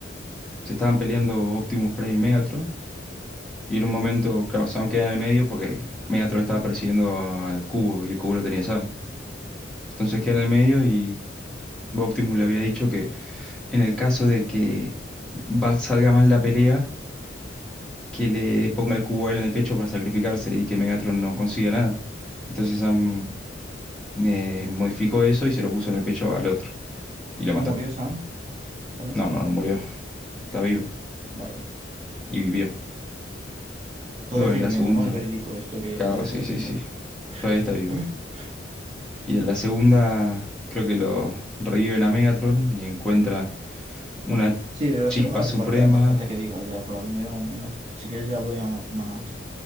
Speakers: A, in the centre; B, on the right.
A: se estaban peleando Optimus Prime y Megatron. Y en un momento, claro, Sam queda en el medio porque Megatron estaba persiguiendo al cubo y el cubo lo tenía Sam. Entonces queda en el medio y Optimus le había dicho En el caso de que va- salga mal la pelea, que le ponga el cubo a él en el pecho para sacrificarse y que Megatron no consiga nada. Entonces Sam eh, modificó eso y se lo puso en el pecho al otro. Y lo
B: ¿Y
A: mató.
B: murió Sam también
A: No,
B: o no?
A: no, no murió. Está vivo.
B: Vale. Vale.
A: Y vivió.
B: Todavía
A: Bueno,
B: sigue
A: en la
B: viviendo,
A: segunda.
B: ¿no? Es verídico esto que
A: Claro,
B: todavía está
A: sí,
B: viviendo.
A: sí, sí. Todavía está vivo.
B: <gasps>
A: Y en la segunda, creo que lo reviven a Megatron y encuentra una
B: Sí, pero la
A: chispa
B: segunda no
A: suprema.
B: hace falta, no hace falta que digas ya, con la primera más o menos. Si quieres ya hablo ya ma- más